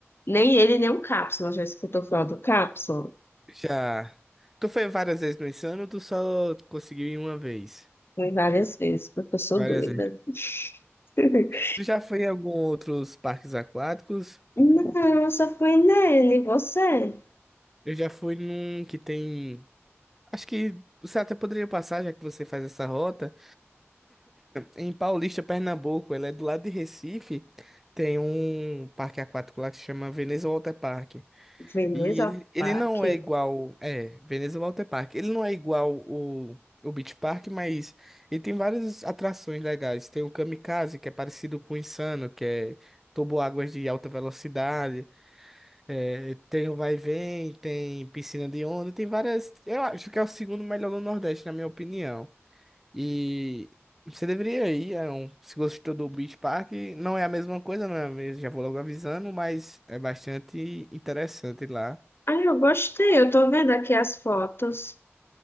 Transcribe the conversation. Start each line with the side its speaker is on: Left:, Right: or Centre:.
Left: Nem ele, nem o Cápsula, já escutou falar do Cápsula?
Centre: Já. Tu foi várias vezes no Insano ou tu só conseguiu ir uma vez?
Left: Fui Várias vezes, porque eu sou
Centre: Várias
Left: doida.
Centre: vezes.
Left: <laughs>
Centre: Tu já foi em algum outros parques aquáticos?
Left: Não, só fui nele, você.
Centre: Eu já fui num que tem. Acho que você até poderia passar, já que você faz essa rota. Em Paulista, Pernambuco, ela é do lado de Recife. Tem um parque aquático lá que se chama Veneza Water Park.
Left: Veneza
Centre: E ele, ele
Left: Park?
Centre: não é igual. É, Veneza Water Park. Ele não é igual o, o Beach Park, mas ele tem várias atrações legais. Tem o Kamikaze, que é parecido com o Insano, que é águas de alta velocidade. é, tem o Vai e Vem, tem piscina de onda, tem várias. Eu acho que é o segundo melhor do Nordeste, na minha opinião. E você deveria ir, é um, se gostou do Beach Park, não é a mesma coisa, não é mesmo? Já vou logo avisando, mas é bastante interessante lá.
Left: Ah, eu gostei, eu tô vendo aqui as fotos.